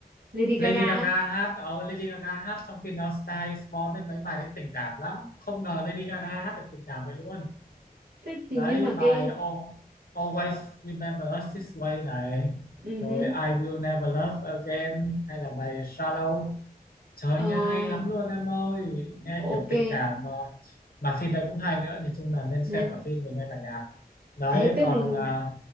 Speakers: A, on the right; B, on the left.
A: Lady Gaga.
B: Lady Gaga
A: á.
B: hát ờ, Lady Gaga hát trong phim đó Style is Born đấy mấy bài đấy tình cảm lắm không ngờ Lady Gaga hát được tình cảm vậy luôn
A: Thế thì
B: đấy
A: nhưng mà
B: bài
A: cái
B: Al- Always Remember Us This Way này
A: Ừ
B: rồi
A: hứ.
B: I Will Never Love Again hay là bài Shallow Trời
A: Ờ,
B: nghe hay lắm luôn em ơi Nghe
A: ok.
B: kiểu tình cảm mà Mà phim đấy cũng hay nữa Nhìn chung là nên
A: Thế,
B: xem cả phim mình nghe cả nhạc Đấy
A: thế tức
B: còn
A: là
B: à,